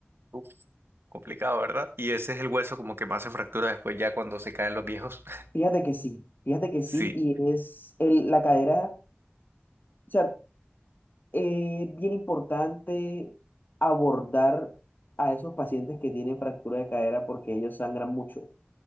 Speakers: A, on the right (about 70°); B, on the left (about 50°).
A: uf, complicado, ¿verdad? Y ese es el hueso como que más se fractura después ya cuando se caen los viejos. <laughs>
B: Fíjate que sí, fíjate que
A: Sí.
B: sí, y es el, la cadera, o sea, es bien importante abordar a esos pacientes que tienen fractura de cadera porque ellos sangran mucho.